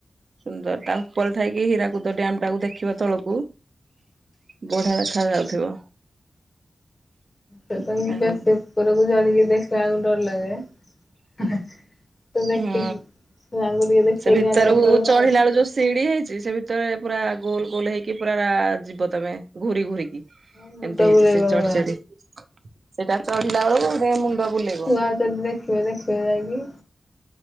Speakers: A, on the right (about 50°); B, on the left (about 25°).
A: ସୁନ୍ଦର ତା ଉପରେ ଥାଇକି ହୀରାକୁଦ ଡ୍ୟମ୍ ଟାକୁ ଦେଖିବ ତଳକୁ ବଢିଆ ଦେଖା ଯାଉଥିବ।
B: ସେପାଇଁ
A: ଆଉ
B: ବେଶୀ ଉପରକୁ ଜଳିକି ଦେଖିବାକୁ ଡର ଲାଗେ। ତ ଦେଖିକି
A: ହୁଁ,
B: ଛୁଆଙ୍କୁ ଟିକେ ଦେଖେଇକି
A: ସେ ଭିତରକୁ
B: ଆଣିବାକୁ ପଡିବ
A: ଚଢିଲା
B: ଆଉ
A: ବେଳେ ଯୋଉ ସିଡି ହେଇଛି ସେ ଭିତ ଭିତରେ ପୁରା ଗୋଲ ଗୋଲ ହେଇକି ପୁରା ଯିବ ତମେ ଘୁରି ଘୁରିକି।
B: ହଁ ମୁଣ୍ଡ
A: ଏମତି ହେଇଛି।
B: ବୁଲେଇବ
A: ସେ ଚଢି
B: ମୋର
A: ଚଢି ସେଟା ଚଢିଲା ବେଳକୁ ଯେ ମୁଣ୍ଡ ବୁଲେଇବ
B: ଛୁଆ ଯଦି ଦେଖିବେ ଦେଖିବେ ଯାଇକି।